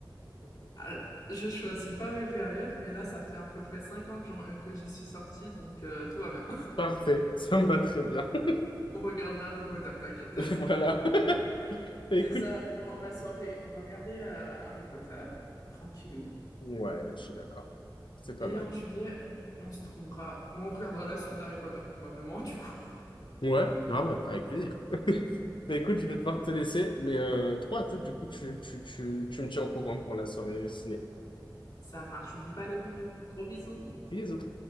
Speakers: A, on the left; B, on the left.
A: Alors, je choisis pas mes périodes, mais là, ça fait à peu près 5 ans que j'en- euh, que j'y suis sortie, donc euh, tout va bien.
B: Parfait, ça me va très bien. <laughs>
A: <laughs> On regardera Harry Potter, t'inquiète.
B: Voilà. <laughs>
A: <laughs> Déjà,
B: Écoute.
A: pendant la soirée, on va regarder euh, Harry Potter, tranquillou.
B: Ouais, je suis d'accord. C'est pas
A: Et
B: mal.
A: en juillet, on se trouvera, ou on regardera la suite d'Harry Potter probablement, <laughs> du coup.
B: Ouais, grave, avec plaisir. <laughs> Bah, Écoute, je vais devoir te laisser, mais euh, trop à toi, du coup, tu, tu, tu, tu me tiens au courant pour la soirée ciné.
A: Ça marche, oublie pas les bonbons. Gros bisous.
B: Bisous.